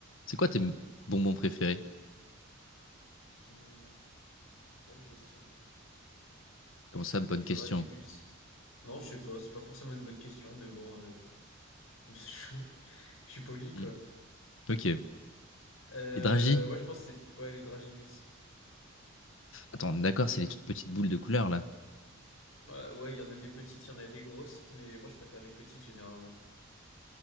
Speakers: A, on the left (about 65°); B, on the left (about 85°).
A: C'est quoi tes bonbons préférés?
B: Hmm, bonne question. Je
A: Comment
B: pense
A: ça,
B: que c'est
A: bonne
B: les
A: question.
B: dragibus. Non, je sais pas, c'est pas forcément une bonne question, mais bon, euh, <laughs> je suis poli, quoi.
A: Hmm. Ok. Les
B: Euh,
A: Dragis?
B: ouais, je pense que c'est ouais, les dragibus.
A: Attends, on est d'accord, c'est les toutes petites boules de couleur là.
B: Bah, ouais, il y en a des petites, il y en a des grosses, mais moi je préfère les petites généralement.